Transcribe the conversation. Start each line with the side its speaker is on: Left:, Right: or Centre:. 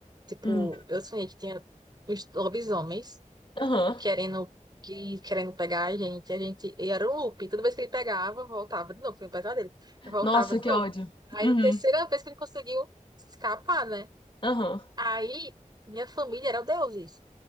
Right: Tipo,
Left: Hum,
Right: eu sonhei que tinha uns lobisomens
Left: Aham.
Right: querendo, que- querendo pegar a gente. A gente, e era um loop. Toda vez que ele pegava, voltava de novo. Foi um pesadelo. Voltava
Left: Nossa,
Right: de
Left: que
Right: novo.
Left: ódio.
Right: Aí,
Left: Uhum.
Right: na terceira vez que ele conseguiu escapar, né?
Left: Aham.
Right: Aí, minha família era o deuses.